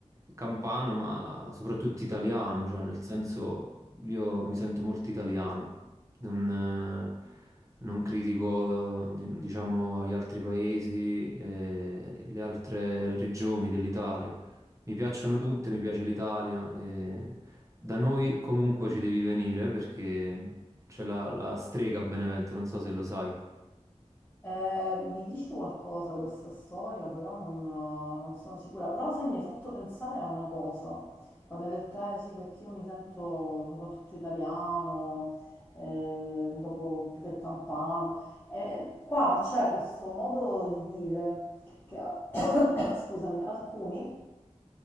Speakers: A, on the right; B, on the left.
A: campano, ma soprattutto italiano, cioè nel senso io mi sento molto italiano. Non, eh, non critico, eh, di- diciamo, gli altri paesi, eh, le altre regioni dell'Italia. Mi piacciono tutte, mi piace l'Italia. e Da noi comunque ci devi venire perché c'è la, la strega a Benevento, non so se lo sai.
B: Eh, mi dice qualcosa questa storia, però non, non sono sicura. Però sai, mi hai fatto pensare a una cosa. Quando hai detto, eh sì, perché io mi sento soprattutto italiano, eh, dopo più che campano. Eh, qua c'è questo modo di dire che, <coughs> scusami, alcuni